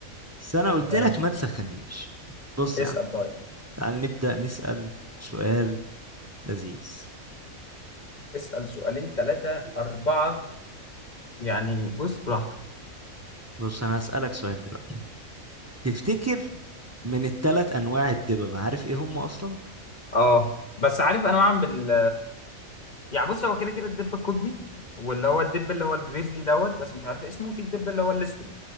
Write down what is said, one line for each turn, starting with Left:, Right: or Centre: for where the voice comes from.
Right: بس انا قلت
Left: ماشي
Right: لك ما تسخنيش بص
Left: اسأل
Right: يا عم
Left: طيب
Right: تعال نبدا نسال سؤال لذيذ
Left: اسأل سؤالين ثلاثة أربعة يعني بص براحتك
Right: بص انا هسالك سؤال دلوقتي تفتكر من الثلاث انواع الدببة عارف ايه هم اصلا
Left: اه بس عارف انا بعمل بال يعني بص هو كده كده الدب القطبي واللي هو الدب اللي هو الجريزلي دوت بس مش عارف اسمه في الدب اللي هو الاسود